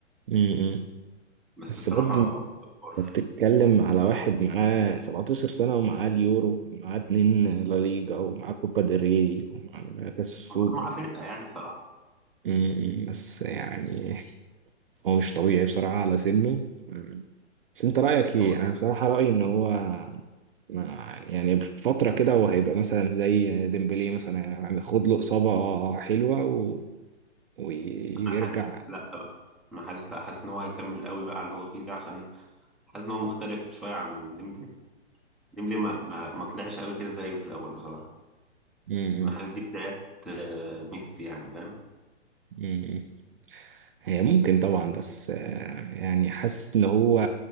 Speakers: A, on the right; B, in the centre.
A: مم.
B: بس
A: بس
B: بصراحة
A: برضه انت
B: جبار
A: بتتكلم على واحد معاه 17 سنة ومعاه اليورو ومعاه اتنين لا ليجا ومعاه كوبا ديل ري ومعاه كاس السوبر
B: هو برضه معاه فرقة يعني بصراحة
A: أمم، بس يعني هو مش طبيعي بصراحة على سنه أمم. بس انت رأيك ايه؟
B: هو
A: انا بصراحة رأيي ان هو ما- يعني في فترة كده هو هيبقى مثلا زي ديمبلي مثلا يعني خد له إصابة حلوة و... ويرجع
B: انا حاسس لا بقى انا حاسس لا حاسس ان هو هيكمل قوي بقى على اللي هو فيه ده عشان حاسس ان هو مختلف شويه عن ديمبلي ديمبلي ما ما, ما طلعش قوي كده زيه في الاول بصراحه
A: أمم،
B: انا حاسس دي بدايات آه، ميسي يعني فاهم
A: أمم. هي ممكن طبعا بس آه، يعني حاسس ان هو